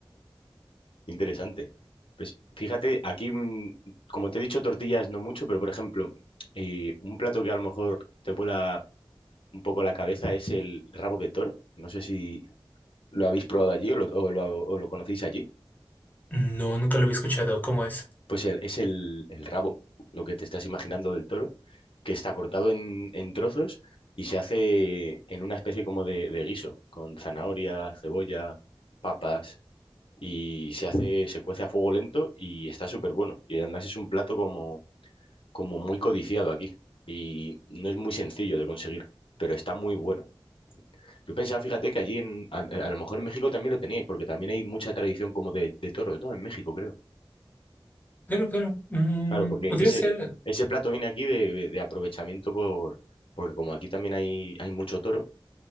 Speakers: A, on the left (about 75°); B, on the left (about 20°).
A: Interesante. Pues fíjate, aquí, mm, como te he dicho, tortillas no mucho, pero por ejemplo, eh, un plato que a lo mejor te vuela un poco la cabeza es el rabo de toro. No sé si lo habéis probado allí o lo, o lo- o lo conocéis allí.
B: No, nunca lo había escuchado. ¿Cómo es?
A: Pues el- es el, el rabo, lo que te estás imaginando del toro, que está cortado en, en trozos y se hace en una especie como de, de guiso, con zanahoria, cebolla, papas. y se hace, se cuece a fuego lento y está súper bueno. Y además es un plato como, como muy codiciado aquí y no es muy sencillo de conseguir, pero está muy bueno. Yo pensaba, fíjate, que allí en, a, a lo mejor en México también lo teníais, porque también hay mucha tradición como de, de toros, ¿no? En México, creo.
B: Claro, claro. Mm,
A: Claro, porque
B: podría
A: ese,
B: ser...
A: ese plato viene aquí de, de aprovechamiento por, porque como aquí también hay, hay mucho toro,